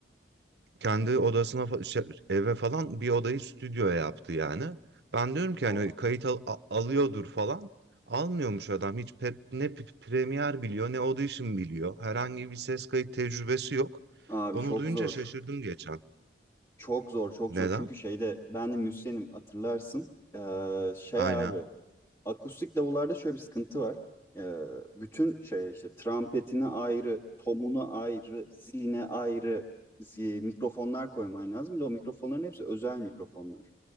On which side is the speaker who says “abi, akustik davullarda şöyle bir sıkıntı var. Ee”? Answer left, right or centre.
Left